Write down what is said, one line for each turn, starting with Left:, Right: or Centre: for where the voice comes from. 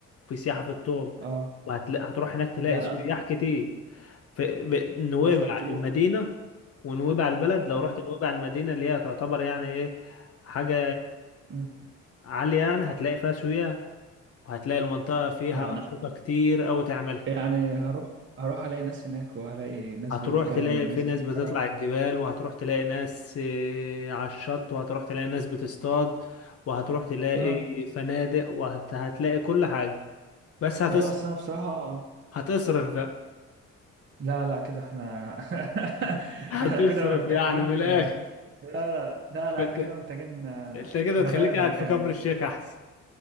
Left: في سياحة في الطور
Right: اه
Left: وهتلاقي هتروح هناك تلاقي
Right: يعني
Left: سياح
Right: قصد-
Left: كتير في ب- نويبع
Right: قصدك تقول
Left: المدينة ونويبع البلد لو
Right: مم.
Left: رحت نويبع المدينة اللي هي تعتبر يعني ايه حاجة
Right: مم.
Left: عالية يعني هتلاقي فيها سياح وهتلاقي المنطقة فيها
Right: يعني
Left: أنشطة كتير أوي تعملها
Right: يعني هروح هروح الاقي ناس هناك وهلاقي ناس
Left: هتروح
Right: بتتكلم
Left: تلاقي
Right: وناس
Left: في ناس
Right: بتتحرك
Left: بتطلع الجبال وهتروح تلاقي ناس آه، على الشط وهتروح تلاقي ناس بتصطاد وهتروح تلاقي
Right: مم.
Left: فنادق وهتلاقي كل حاجة بس هتصرف
Right: ايوه بس انا بصراحة آه.
Left: هتصرف بقى
Right: لا لا كده احنا <laughs>
Left: <laughs> هتصرف
Right: احنا كده محتاجين
Left: يعني من الآخر
Right: لا لا لا
Left: فانت
Right: لا احنا كده محتاجين آه،
Left: انت كده
Right: نغير
Left: تخليك
Right: المكان
Left: قاعد في كفر الشيخ أحسن